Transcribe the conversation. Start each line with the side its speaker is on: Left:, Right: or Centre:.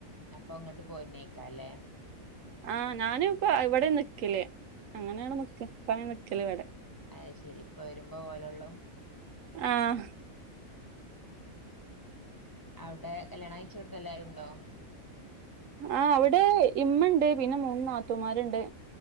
Left: അപ്പൊ ഇങ്ങട്ട് പോര് നെയ്ക്കാരം ല്ലേ
Right: ആഹ് ഞാന് ഇപ്പം ഇവിടെ നിക്കല്. അങ്ങനേണ് നിക്കല്. ഇപ്പം അങ്ങനെ നിക്കല് ഇവടെ.
Left: അയ് ശെരി ഇപ്പ വരുമ്പോ പോവ ലൊള്ളൂ
Right: ആഹ്
Left: ഔടെ കല്യാണം കഴിച്ചോട്ത്ത് എല്ലാരും ഉണ്ടോ?
Right: ആഹ് അവിടെ ഇമ്മണ്ട് പിന്നെ മൂന്ന് നാത്തുമാര്ണ്ട്.